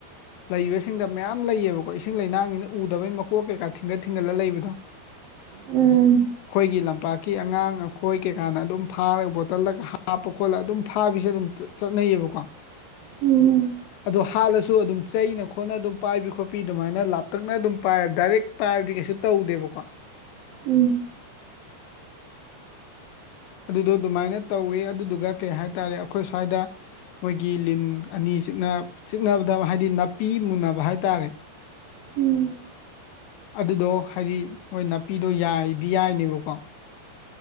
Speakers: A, on the left; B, on the right.
A: ꯂꯩꯕꯁꯤꯡꯗꯥ ꯃꯌꯥꯝ ꯂꯩꯌꯦꯕꯀꯣ ꯏꯁꯤꯡ ꯂꯩꯅꯥꯡꯅꯤꯅ ꯎꯗꯕꯩ ꯃꯀꯣꯛ ꯀꯩꯀꯥ ꯊꯤꯡꯒꯠ ꯊꯤꯡꯒꯠꯂꯒ ꯂꯩꯕꯗꯣ꯫ ꯑꯩꯈꯣꯏꯒꯤ
B: ꯎꯝ
A: ꯂꯝꯄꯥꯛꯀꯤ ꯑꯉꯥꯡ ꯑꯩꯈꯣꯏ ꯀꯩꯀꯥꯅ ꯑꯗꯨꯝ ꯐꯥꯔꯒ ꯕꯣꯇꯜꯗꯒꯥ ꯍꯥꯞꯄ ꯈꯣꯠꯂꯒ ꯑꯗꯨꯝ ꯐꯥꯕꯤꯁꯨ ꯑꯗꯨꯝ ꯆꯠꯅꯩꯌꯦꯕꯀꯣ
B: ꯎꯝ
A: ꯑꯗꯣ ꯍꯥꯠꯂꯁꯨ ꯑꯗꯨꯝ ꯆꯩꯅ ꯈꯣꯠꯅꯥ ꯑꯗꯨꯝ ꯄꯥꯏꯕꯤ ꯈꯣꯠꯄꯤ ꯑꯗꯨꯃꯥꯏꯅ ꯂꯥꯞꯇꯛꯅꯥ ꯑꯗꯨꯝ ꯄꯥꯏꯕꯥ ꯗꯥꯏꯔꯦꯛ ꯄꯥꯏꯕꯗꯤ ꯀꯩꯁꯨ ꯇꯧꯗꯦꯕꯀꯣ꯫
B: ꯎꯝ
A: ꯑꯗꯨꯗꯣ ꯑꯗꯨꯃꯥꯏꯅ ꯇꯧꯋꯦ ꯑꯗꯨꯏꯗꯨꯒ ꯀꯩ ꯍꯥꯏꯇꯥꯔꯦ ꯑꯩꯈꯣꯏ ꯁ꯭ꯋꯥꯏꯗꯥ꯫ ꯃꯣꯏꯒꯤ ꯂꯤꯟ ꯑꯅꯤ ꯆꯤꯛꯅ ꯆꯤꯛꯅꯕꯗ ꯍꯥꯏꯗꯤ ꯅꯥꯄꯤ ꯃꯨꯟꯅꯕ ꯍꯥꯏꯇꯥꯔꯦ
B: ꯎꯝ
A: ꯑꯗꯨꯗꯣ ꯍꯥꯏꯗꯤ ꯃꯣꯏ ꯅꯥꯄꯤꯗꯣ ꯌꯥꯏꯗꯤ ꯌꯥꯏꯅꯦꯕꯀꯣ꯫